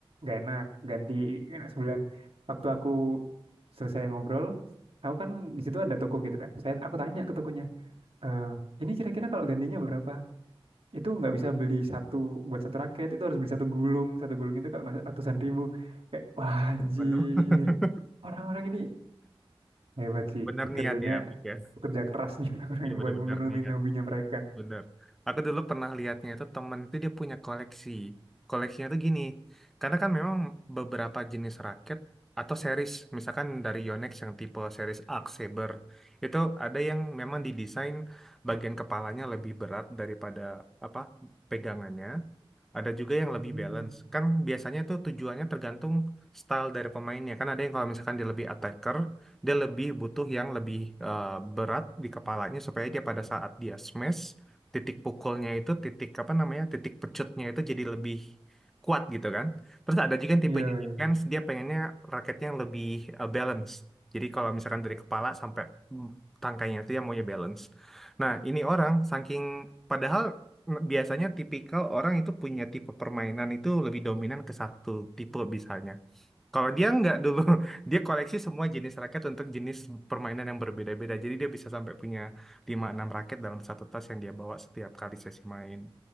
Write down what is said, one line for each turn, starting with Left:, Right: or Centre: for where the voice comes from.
Right: gak enak, ganti gak enak sebulan. Waktu aku selesai ngobrol, aku kan di situ ada toko gitu kan. Saya aku tanya ke tokonya, "Eh, ini kira-kira kalau gantinya berapa? Itu nggak bisa beli satu buat satu raket, itu harus beli satu gulung, satu gulung itu kalau nggak salah ratusan ribu. Kayak wah, anjir,
Centre: Bener, <laughs>
Right: orang-orang ini hebat sih,
Centre: bener niat
Right: kerjanya
Centre: ya, Fik, ya.
Right: kerja keras nih <laughs> orang-orang
Centre: Iya
Right: yang
Centre: bener-bener
Right: buat mengunumin
Centre: niat,
Right: hobinya mereka.
Centre: bener. Aku dulu pernah lihatnya itu temen itu dia punya koleksi. Koleksinya tuh gini, karena kan memang beberapa jenis raket atau series, misalkan dari Yonex yang tipe series Arc Saber, itu ada yang memang didesain bagian kepalanya lebih berat daripada apa pegangannya. Ada juga yang
Right: Hmm.
Centre: lebih balance. Kan biasanya tuh tujuannya tergantung style dari pemainnya. Kan ada yang kalau misalkan dia lebih attacker, dia lebih butuh yang lebih eh, berat di kepalanya supaya dia pada saat dia smash, titik pukulnya itu, titik apa namanya, titik pecutnya itu jadi lebih kuat gitu kan. Terus ada juga yang
Right: Iya,
Centre: tipenya defense,
Right: iya.
Centre: dia pengennya raketnya yang lebih eh, balance. Jadi kalau misalkan dari kepala sampai mm, tangkainya itu yang maunya balance. Nah, ini orang saking padahal Nah, biasanya tipikal orang itu punya tipe permainan itu lebih dominan ke satu tipe misalnya. Kalau dia nggak dulu, <laughs> dia koleksi semua jenis raket untuk jenis permainan yang berbeda-beda. Jadi dia bisa sampai punya lima enam raket dalam satu tas yang dia bawa setiap kali sesi main.